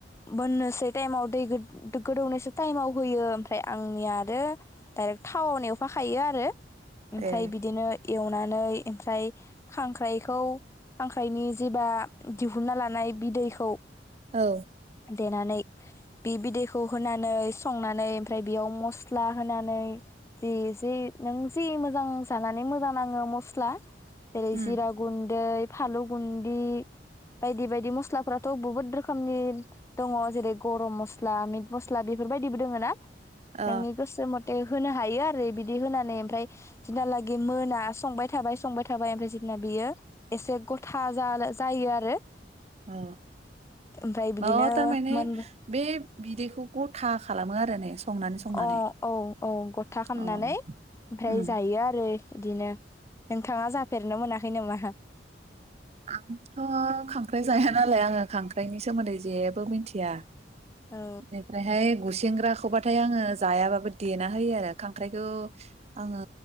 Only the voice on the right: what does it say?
ए
औ।
उम
अ
ओ
ओ‌ औ थारमाने
बे बिदैखौ गथा खालामो आरो ने। संनानै संनानै
अ
उम
आंथ खांख्राइ जाया नालाय आंङो खांख्राइनि सोमोन्दै जेबो मिथिया ।
बेनिफ्रायहाय गुसेंग्राखौबाथाय आंङो जायाबाबो देना होयो आरो खांख्राइखौ आंङो